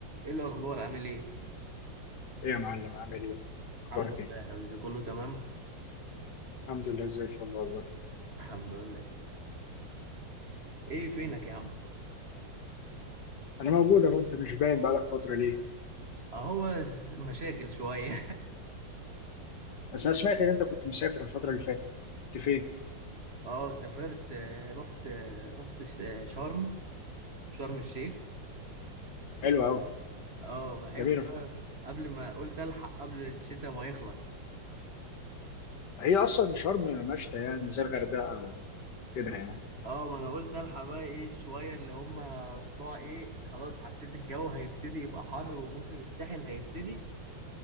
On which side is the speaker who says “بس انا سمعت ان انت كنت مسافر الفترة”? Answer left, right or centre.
Left